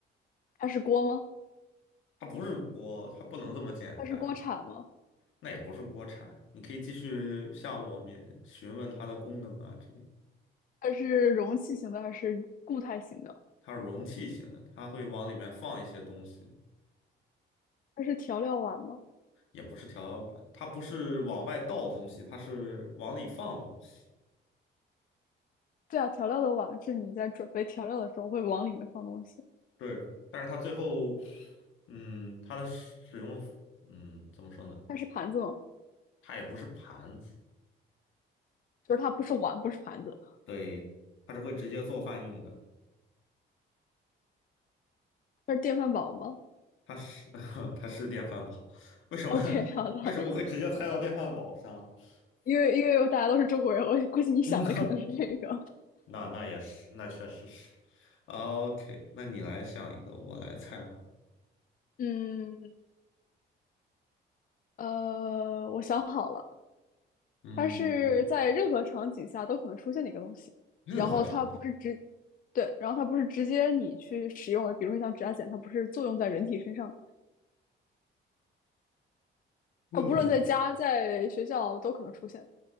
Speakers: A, on the left; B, on the left.
A: 它是锅吗？
B: 它不是锅，它不能这么简单，
A: 它是锅铲吗？
B: 那也不是锅铲。你可以继续向我们询问它的功能啊之类。
A: 它是容器型的还是固态型的？
B: 它是容器型的，它会往里面放一些东西，
A: 它是调料碗吗？
B: 也不是调料碗，它不是往外倒东西，它是往里放东西。
A: 对啊，调料的碗是你在准备调料的时候会往里面放东西。
B: 对，但是它最后，嗯，它的使用，嗯，怎么说呢？
A: 它是盘子吗？
B: 它也不是盘子，
A: 就是它不是碗，不是盘子，
B: 对，它是会直接做饭用的。
A: 它是电饭煲吗
B: 它是 <laughs> 它是电饭煲，为什么
A: ？OK，<laughs>
B: <laughs>
A: 好的，
B: 为什么会直接猜到电饭煲上？<laughs>
A: 因为因为大家都是中国人，我估计你想的可能是这个。
B: 嗯，那那也是，那确实是。OK，那你来想一个，我来猜吧。
A: 嗯，呃，我想好了，
B: 嗯，
A: 它是在任何场景下都可能出现的一个东西，
B: 任何场景。
A: 然后它不是直，对，然后它不是直接你去使用的，比如说像指甲剪，它不是作用在人体身上，
B: 嗯，
A: 它无论在家在学校都可能出现。